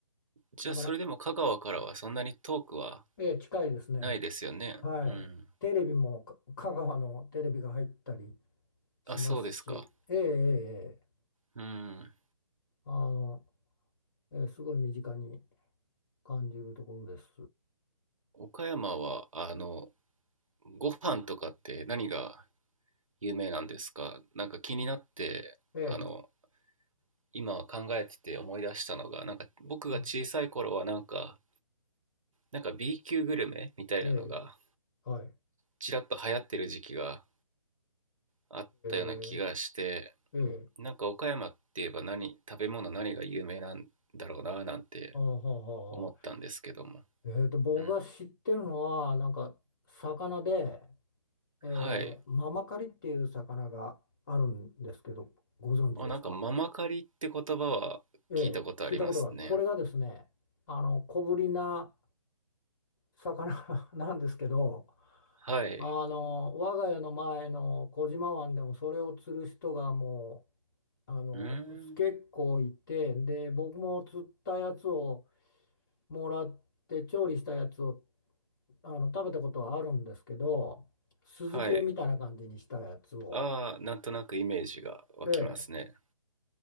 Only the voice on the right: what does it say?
じゃあ、
それでも香川からはそんなに遠くは
ないですよね。
うん。
あ、そうですか。
うん。
岡山は、あの、ご飯とかって何が有名なんですかなんか気になって、
あの、今考えてて思い出したのが、なんか僕が小さい頃はなんか、
なんか B 級グルメみたいなのが、
ちらっと流行ってる時期があったような気がして、
なんか岡山って言えば何、食べ物何が有名なんだろうななんて
思ったんですけども。
うん。
はい。
あ、なんかママカリって言葉は聞いたことありますね。
はい。
うーん。
はい。ああ、なんとなくイメージが湧きますね。